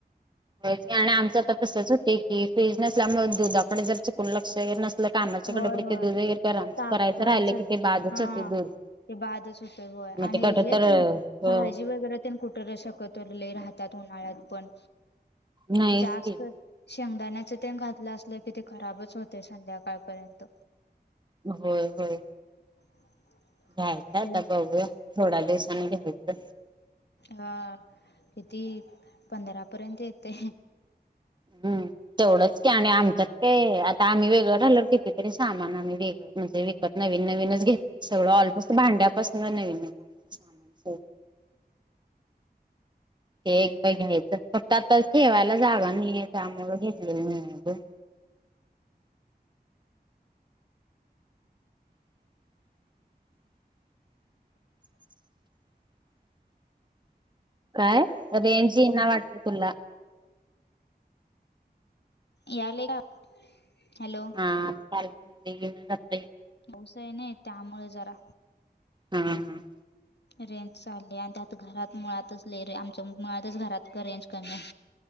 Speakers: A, on the right (about 25°); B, on the left (about 80°).
A: होयच की आणि आमचं त तसच होतय की फ्रीज नसल्यामुळे दुधाकड जर चुकून लक्ष वगैरे नसल कामाच्या
B: होय
A: गडबडीत
B: होय
A: ते दूध वगैरे गरमच
B: तापवायचं
A: करायचं राहिलं की ते बाद च
B: हा
A: होतय दूध.
B: ते बादच होतय होय
A: मग
B: आणि
A: ते कट
B: हे
A: तर
B: तेनं
A: हो
B: भाजी वगैरे पण कुठ र शकत लय राहतात उन्हाळ्यात पण
A: नाहीच
B: जास्त
A: की
B: शेंगदाण्याच तेन घातलं असलं की ते खराबच होतय संध्याकाळपर्यंत
A: व्हय व्हय!
B: <inaudible>
A: घ्यायच आता
B: ते
A: बघूया थोड्या दिवसांनी घ्यायच.
B: हा किती पंधरापर्यंत येते.
A: हम्म तेवढंच की आणि आमच्यात ते आता आम्ही वेगळं राहिलो किती तिन्ही सामान आणाय गेलं म्हणजे विकत नवीन नवीनच घेत सगळं ऑलमोस्ट भांड्यापासून नवीन अच्छा, हो! ते एकदा घ्यायचं फक्त आता ठेवायला जागा नाही आहे त्यामुळं घेतलेलं नाही गं. <inaudible> काय रेंज येईना वाटत तुला.
B: यालय का? हॅलो!
A: हा आता आली <unintelligible>
B: पाऊस हाय न्हाय त्यामुळं जरा
A: हम्म हम्म!
B: रेंज चालले आणि त्यात घरात मुळातच लय रे आमच्या मुळातच घरात रेंज कमी आहे.